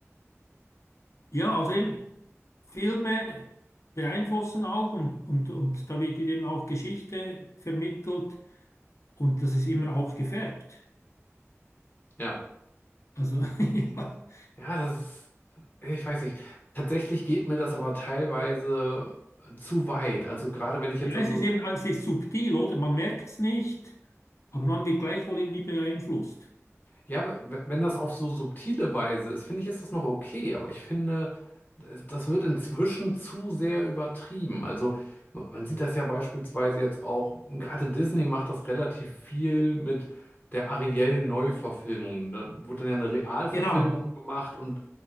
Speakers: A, on the left; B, on the left.
A: Ja, also eben Filme beeinflussen auch und, und, und da wird dir eben auch Geschichte vermittelt und das ist immer auch gefärbt.
B: Ja.
A: Also <laughs> ja,
B: Ja, das ist, ich weiß nicht. Tatsächlich geht mir das aber teilweise zu weit. Also gerade wenn ich jetzt
A: ja,
B: an
A: es
B: so,
A: ist eben, es ist subtil, oder? Man merkt es nicht, aber man wird gleichwohl irgendwie beeinflusst.
B: ja, w- wenn das auf so subtile Weise ist, finde ich, ist das noch okay. Aber ich finde, das wird inzwischen zu sehr übertrieben. Also man man sieht das ja beispielsweise jetzt auch, gerade Disney macht das relativ viel mit. der Ariel-Neuverfilmung. Da wurde dann ja eine Realverfilmung
A: Genau,
B: gemacht und